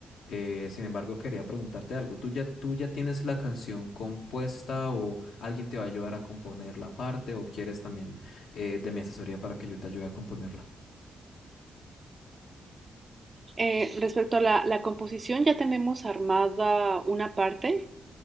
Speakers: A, on the left; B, on the right.
A: Eh, sin embargo, quería preguntarte algo. ¿Tú ya, tú ya tienes la canción compuesta o alguien te va a ayudar a componer la parte o quieres también eh, de mi asesoría para que yo te ayude a componerla?
B: Eh, respecto a la, la composición, ya tenemos armada una parte.